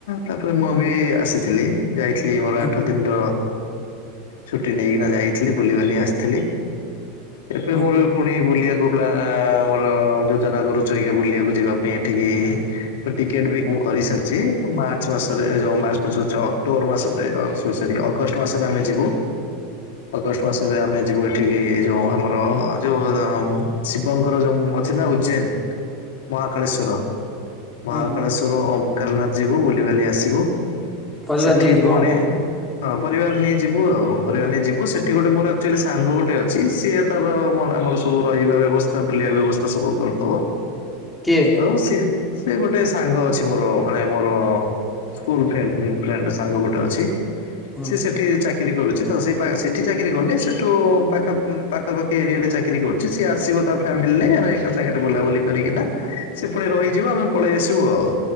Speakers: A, on the left; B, in the centre.
A: ତାପରେ ମୁଁ ବି ଆସିିଲ୍। ଥିଲି ଯାଇଥିଲି ମୋର
B: ହଁ
A: ଆଠ ଦିନ ର ଛୁଟି ନେଇକିନା ଯାଇଥିଲି। ବୁଲି ବୁଲି ଆସଥିଲି। ଏବେ
B: ହଁ
A: ମୋର ପୁଣି ବୁଲିଆକୁ କହୁଥିଲା ଆମର ଯୋଜନା କରୁଛୁ ଆଜ୍ଞା ବୁଲିଆକୁ ଯିବା ପାଇଁ ଏଠିକି ଟିକେଟ୍ ବିକ୍ ମୁଁ କରିସାରିଛି ମାର୍ଚ୍ଚ ମାସରେ ଯୋ ମାର୍ଚ୍ଚ ମାସ କହୁଚି ଅକ୍ଟୋବର ମାସ ରେ ଅ ସରି ସରି ଅଗଷ୍ଟ ମାସରେ ଆମେ ଯିବୁ। ଅଗଷ୍ଟ ମାସରେ ଆମେ ଯିବୁ ଏଠିକି ଯୋ ଆମ ର ଅ ଯୋଉ ଉମ୍ ଶିବଙ୍କର ଯୋଉ ଉମ୍ ଅଛି ନା ଉଜ୍ଜୈନ ମହାକାଳେଶ୍ୱର
B: ହଁ
A: ମହାକାଳେଶ୍ୱର
B: ହଁ
A: ଓମକାରନାଥ ଯିବୁ ବୁଲିବାଲି ଆସିବୁ।
B: ପରିବାର
A: ସେଠି
B: ନେଇକି ଯିବ
A: ପୁଣି
B: ଆଉ।
A: ହଁ ପରିବାର ନେଇ ଯିବୁ। ଆଉ ପରିବାର ନେଇ ଯିବୁ ସେଠି ଗୋଟେ ମୋର ଆକ୍ଚୁଆଲି ସାଙ୍ଗ ଗୋଟେ ଅଛି ସିଏ ତାର ଆମର ସବୁ ରହିବା ବ୍ୟବସ୍ଥା ବୁଲିବା ବ୍ୟବସ୍ଥା ସବୁ କରିଦବ।
B: କିଏ?
A: ଓ ସେ, ସେ ଗୋଟେ ସାଙ୍ଗ ଅଛି ମୋର ମାନେ ମୋର ସ୍କୁଲ ଫ୍ରେଣ୍ଡ୍ ଫ୍ରେଣ୍ଡ୍। ସାଙ୍ଗ ଗୋଟେ ଅଛି
B: ହୁଁ
A: ସିଏ ସେଟ୍ ସେଠି ଚାକିରି କରୁଛି ତ ସେ ସେଠି ଚାକିରି କରନି ସେଠୁ ପାଖ ପାଖାପାଖି ଏରିଆରେ ଚାକିରି କରୁ। ଯେ ସିଏ ଆସିବ ତା ଫ୍ୟାମିଲି ନେଇ ଆମେ ଏକା ସାଙ୍ଗରେ ବୁଲାବୁଲି କରିକି ନା ସେ ପୁଣି ରହିଯିବ। ଆମେ ପଳେଇ ଆସିବୁ ଆଉ।